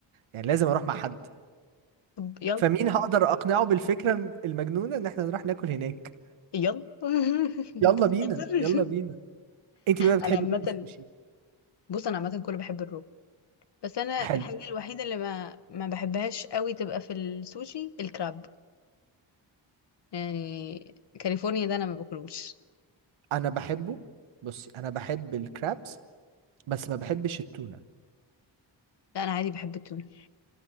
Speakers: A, on the right; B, on the left.
A: يعني لازم أروح مع حد
B: طب يلا
A: فمين هقدر اقنعه بالفكره المجنونه ان احنا نروح ناكل هناك
B: يلا <laughs>
A: يلا
B: انت بتهزر؟
A: بينا يلا بينا انت بقى بتحبي
B: انا عامة
A: ايه في السوشي
B: بص انا عامة كله بحب الرو بس انا
A: حلو
B: الحاجه الوحيده اللي ما ما بحبهاش قوي تبقى في السوشي الكراب يعني كاليفورنيا ده انا ما باكلوش
A: انا بحبه بصي انا بحب الكرابس بس ما بحبش التونه
B: لا انا عادي بحب التونه